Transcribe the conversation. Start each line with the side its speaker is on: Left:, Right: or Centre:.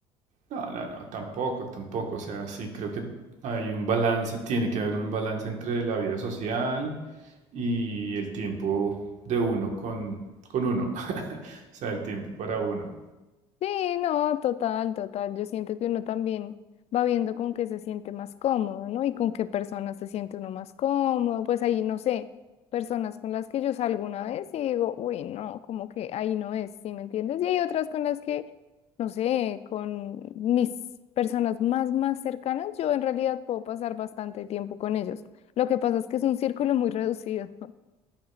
Right: No, no, no, tampoco, tampoco. O sea, sí, creo que hay un balance, tiene que haber un balance entre la vida social y el tiempo de uno con, con uno. <laughs> O sea, el tiempo para uno.
Left: Sí, no, total, total. Yo siento que uno también va viendo con qué se siente más cómodo, ¿no? Y con qué personas se siente uno más cómodo. Pues ahí, no sé, personas con las que yo salgo una vez y digo, uy, no, como que ahí no es, ¿sí me entiendes? Y hay otras con las que, no sé, con mis personas más, más cercanas, yo en realidad puedo pasar bastante tiempo con ellos. Lo que pasa es que es un círculo muy reducido.